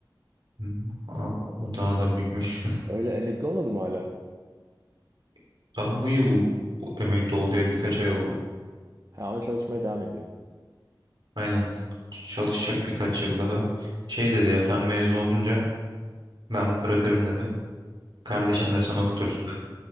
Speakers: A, on the right (about 70°); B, on the right (about 40°).
A: Hı hı. Aa,
B: Bu.
A: O daha da büyükmüş.
B: Öyle emekli olmadı mı hala?
A: <laughs> Daha bu yıl emekli oldu ya birkaç ay oldu.
B: Ha, ama çalışmaya devam ediyor.
A: Aynen. Ç- Çalışacak birkaç yıl daha. Şey dedi ya sen mezun olunca ben bırakırım dedi. Kardeşin
B: Ha,
A: de sana okutursun da.